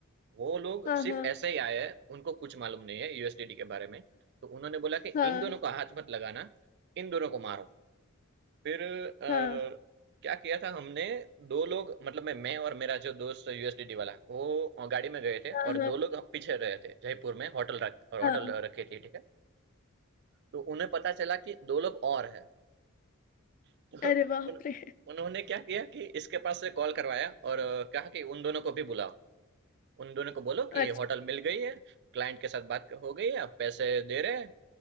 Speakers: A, on the right; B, on the left.
A: वो लोग
B: हाँ
A: सिर्फ़
B: हाँ
A: ऐसे ही आए हैं, उनको कुछ मालूम नहीं है यूएसडीडी के बारे में। तो उन्होंने बोला कि
B: हाँ
A: इन दोनों को हाथ मत लगाना, इन दोनों को मारो। फिर अ,
B: हाँ
A: क्या किया था हमने 2 लोग मतलब मैं मैं और मेरा जो दोस्त यूएसडीडी वाला, वो गाड़ी में गए थे
B: हाँ
A: और
B: हाँ
A: 2 लोग पीछे रहे थे, जयपुर में होटल रख और होटल
B: हाँ
A: रखी थी, ठीक है। तो उन्हें पता चला कि 2 लोग और हैं। <laughs> तो
B: अरे बाप
A: उन
B: रे
A: उन्होंने क्या किया कि इसके पास से कॉल करवाया और अ, कहा कि उन दोनों को भी बुलाओ। उन दोनों को बोलो
B: अच्छा
A: कि होटल मिल गई है क्लाइंट के साथ बात हो गई है आप पैसे दे रहे हैं